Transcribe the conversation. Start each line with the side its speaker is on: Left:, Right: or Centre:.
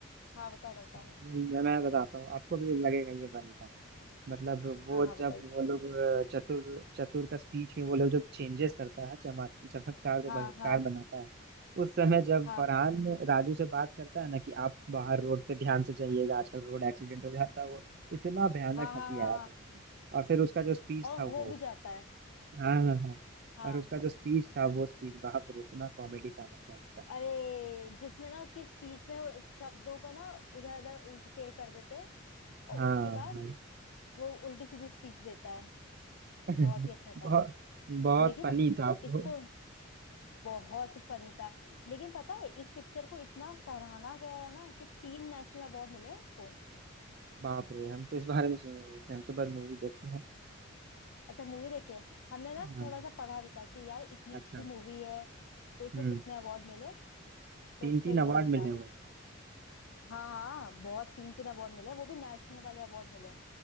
Left: हाँ बताओ ना बताओ
Right: हम्म,
Left: ना
Right: मैं मैं बताता हूँ आपको भी लगेगा ये फनी था मतलब वो
Left: हाँ हाँ
Right: जब
Left: बताइए
Right: वो लोग अ, चतुर चतुर का स्पीच में वो लोग जब चेंजेस करता है चमक चमत्कार को
Left: हाँ
Right: बलात्कार
Left: हाँ
Right: बनाता है उस समय जब
Left: हाँ
Right: फरहान राजू से बात करता है ना कि आप बाहर रोड पे ध्यान से जाइएगा आजकल रोड एक्सीडेंट हो जाता है वो इतना भयानक
Left: हाँ हाँ
Right: हंसी
Left: हाँ
Right: आया
Left: हाँ
Right: था और फिर उसका जो स्पीच
Left: और
Right: था वो
Left: हो भी जाता है
Right: हाँ हाँ हाँ
Left: हाँ
Right: और उसका जो स्पीच था वो स्पीच बाप रे इतना कॉमेडी का ना क्या होता है
Left: अरे जिसमें ना उसकी स्पीच में वो शब्दों का ना उधर उधर उल्ट फेर कर देते हैं और
Right: हाँ
Left: उसके बाद
Right: भाई
Left: वो उल्टी सीधी स्पीच देता है
Right: <laughs>
Left: बहुत ही अच्छा
Right: बहुत
Left: था
Right: बहुत
Left: लेकिन
Right: फनी
Left: अब
Right: था
Left: इसको
Right: वो
Left: बहुत फनी था लेकिन पता है इस पिक्चर को इतना सराहा गया है ना कि तीन नेशनल अवार्ड मिले हैं इसको।
Right: बाप रे हम तो इस बारे में सुने नहीं थे हम तो बस मूवी देखे
Left: अच्छा मूवी देखे हैं हमने ना
Right: हाँ
Left: थोड़ा सा पढ़ा भी था कि यार इतनी अच्छी
Right: अच्छा
Left: मूवी है तो उसको
Right: हम्म
Left: कितने अवार्ड मिले
Right: तीन
Left: तो फिर
Right: तीन अवार्ड
Left: वही
Right: मिले
Left: था
Right: हुए हैं
Left: हाँ हाँ बहुत तीन तीन अवार्ड मिले वो भी नेशनल वाले अवार्ड मिले